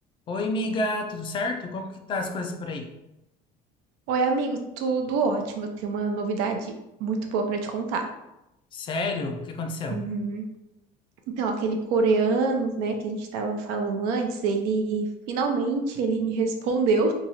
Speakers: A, on the left (about 30°); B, on the right (about 85°).
A: Oi, amiga, tudo certo? Como que tá as coisas por aí?
B: Oi, amigo, tudo ótimo. Eu tenho uma novidade muito boa pra te contar.
A: Sério? O que aconteceu?
B: Uhum. Então, aquele coreano, né, que a gente tava falando antes, ele finalmente ele me <laughs> respondeu.